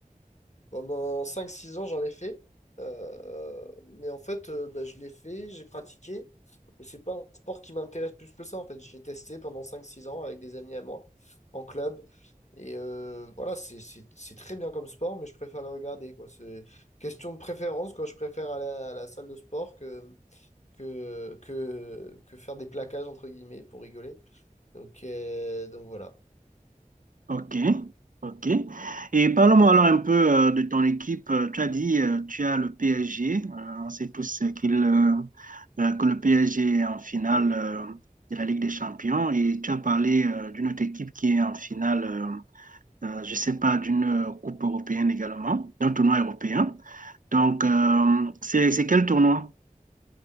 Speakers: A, on the left; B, on the right.
A: Pendant cinq six ans, j'en ai fait. Euh, mais en fait, euh, bah, je l'ai fait, j'ai pratiqué. Mais c'est pas un sport qui m'intéresse plus que ça. En fait, j'ai testé pendant cinq six ans avec des amis à moi, en club. Et euh, voilà, c'est c'est- c'est très bien comme sport, mais je préfère le regarder, quoi. C'est question de préférence, quoi. Je préfère aller à la salle de sport que, que, que, que faire des plaquages, entre guillemets, pour rigoler. Donc, euh, donc voilà.
B: Ok, ok. Et parle-moi alors un peu euh, de ton équipe. Euh, Tu as dit, euh, tu as le PSG. Euh, on sait tous euh, qu'il, euh, euh, que le PSG est en finale euh, de la Ligue des Champions. Et tu as parlé euh, d'une autre équipe qui est en finale, euh, euh, je ne sais pas, d'une euh, Coupe européenne également, d'un tournoi européen. Donc, euh, c'est c'est quel tournoi?